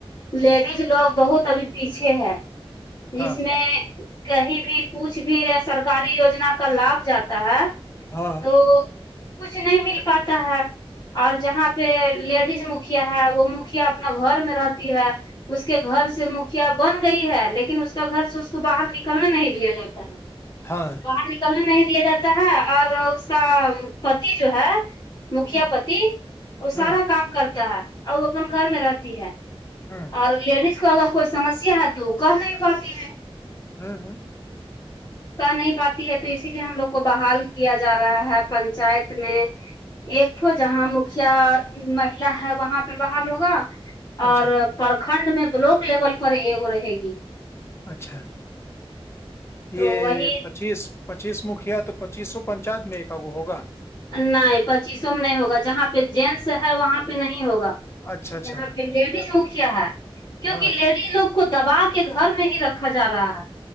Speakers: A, on the left; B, on the left.
A: لیڈیز لوگ بہت ابھی پیچھے ہے جس
B: ہاں
A: میں کہیں بھی کچھ بھی سرکاری یوجنا کا لابھ جاتا ہے
B: ہاں
A: تو کچھ نہیں مل پاتا ہے اور جہاں پہ لیڈیز مکھیا ہے وہ مکھیا اپنا گھر میں رہتی ہے اس کے گھر سے مکھیا بن گئی ہے لیکن اس کا گھر سے اس کو باہر نکلنے نہیں دیا جاتا تا ہے
B: ہاں
A: باہر نکلنے نہیں دیا جاتا ہے اور اس کا پتی جو ہے مکھیا
B: ہوں
A: پتی وہ
B: ہوں
A: سارا کام کرتا ہے اور وہ اپن گھر میں رہتی ہے
B: ہاں
A: اور لیڈیز کا اگر کوئی سمسیا ہے تو وہ کہہ نہیں پاتی ہے
B: ہمم ہمم
A: کہہ نہیں پاتی ہے تو اسی لیے ہم لوگ کو بحال کیا جا رہا ہے پنچایت میں ایک تو جہاں مکھیا مہیلا ہے وہاں پہ بحال ہوگا اور
B: اچھا
A: پرکھنڈ میں بلاک لیول پر یہ وہ رہے گی
B: اچھا
A: تو
B: یہ
A: وہی
B: پچیس پچیس مکھیا تو پچیس سو پنچایت میں ایک وہ ہوگا
A: نہیں پچیسوں میں نہیں ہوگا جہاں پہ جینٹس ہے وہاں پہ نہیں ہوگا
B: اچھا اچھا
A: جہاں پہ لیڈیز مکھیا ہے کیوںکہ
B: ہاں
A: لیڈیز لوگ کو دبا کے گھر میں ہی رکھا جا رہا ہے